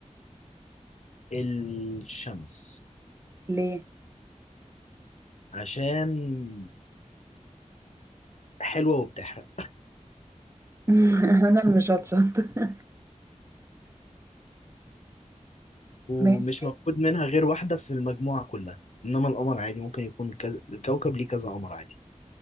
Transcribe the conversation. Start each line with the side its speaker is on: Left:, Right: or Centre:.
Left: الشمس
Right: ليه
Left: عشان حلوة وبتحرق
Right: <laughs> انا اللي مش هتشطر <laughs>
Left: ومش
Right: ماشي
Left: موجود منها غير واحدة في المجموعة كلها انما القمر عادي ممكن يكون كذا الكوكب ليه كذا قمر عادي